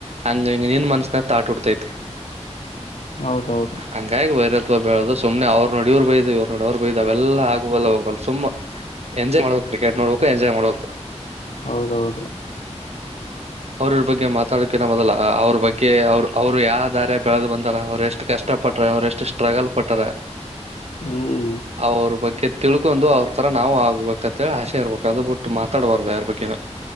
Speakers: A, on the right; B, on the left.
A: ಹಂಗಾಗಿ ನಿನ್ ಮನ್ಸನ್ಯಾಗ್ ತಾಟ್ ಹುಟ್ತತಿ.
B: ಹೌದೌದು
A: ಹಂಗಾಗಿ ವೈರ ತೊ ಬೆಳ್ದು ಸೋಪ್ ಸುಮ್ನೆ ಅವ್ರನ್ನೋಡಿ ಇವ್ರ ಬಯ್ಯೋದು ಇವ್ರನ್ ನೋಡಿ ಅವ್ರ ಬಯ್ಯೋದು ಅವೆಲ್ಲ ಆಗಬಲ್ಲ ಹೋಗಬಲ್ಲ ಸುಮ್ಮ ಎಂಜಾಯ್ ಮಾಡ್ಬೇಕ್ ಕ್ರಿಕೆಟ್ ನೋಡ್ಬೇಕು ಎಂಜಾಯ್ ಮಾಡ್ಬೇಕ್.
B: ಹೌದೌದು
A: ಅವ್ರ್ ಇವ್ರ್ ಬಗ್ಗೆ ಮಾತಾಡಾಕಿನ್ನ ಮೊದ್ಲ ಅವ್ರ್ ಬಗ್ಗೆ ಅವ್ರ್ ಅವ್ರ್ ಯಾಬ್ ದಾರ್ಯಾಗ್ ಬೆಳೆದ್ ಬಂದಾರ ಅವ್ರ್ ಎಷ್ಟ ಕಷ್ಟ ಪಟರ ಅವ್ರು ಎಷ್ಟು ಸ್ಟ್ರಗಲ್ ಪಟ್ಟರ.
B: ಹ್ಮ್
A: ಅವ್ರ್ ಬಗ್ಗೆ ತಿಳ್ಕೊಂಡು ಅವ್ರ್ ತರ ನಾವು ಆಗ್ಬೇಕಂತೇಳಿ ಆಶೆ ಇರ್ಬೇಕು ಅದ್ ಬಿಟ್ಟು ಮಾತಾಡ್ಬಾರ್ದು ಯಾರ್ ಬಗ್ಗೆನು.